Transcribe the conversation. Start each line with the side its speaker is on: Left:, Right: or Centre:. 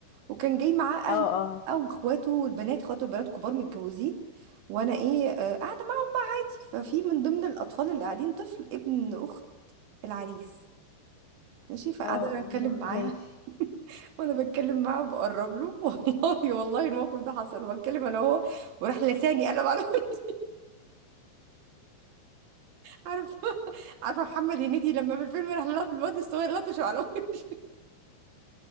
Right: وكان جاي معاه اهله
Left: اه اه عارفة.
Right: او اخواته والبنات اخواته البنات كبار متجوزين وانا ايه آه، قاعده معاه عادي ففي من ضمن الاطفال اللي قاعدين طفل ابن اخت العريس ماشي فقاعدة
Left: اه المخ...
Right: أتكلم معاها
Left: ماشي
Right: وأنا بتكلم معاه وبقرب له <laughs> والله والله الموقف ده حصل بتكلم أنا وهو وراح لساني قلم على <laughs> عارفة عارفة محمد هنيدي لما في الفيلم راح لط- الواد الصغير لطشه على <laughs> وجهه.